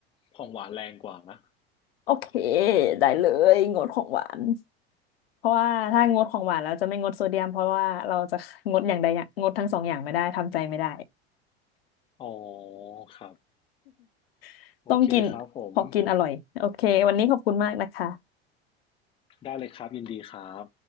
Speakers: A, on the left; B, on the left.
A: ของหวานแรงกว่านะ
B: โอเคได้เลยงดของหวานเพราะว่าถ้างดของหวานเราจะไม่งดโซเดียมเพราะว่าเราจะงดอย่างใดอย่างงดทั้งสองอย่างไม่ได้ทำใจไม่ได้
A: อ๋อครับ
B: <laughs>
A: โอเคครับผม
B: ต้องกินขอกินอร่อยโอเควันนี้ขอบคุณมากนะคะ
A: ได้เลยครับยินดีครับ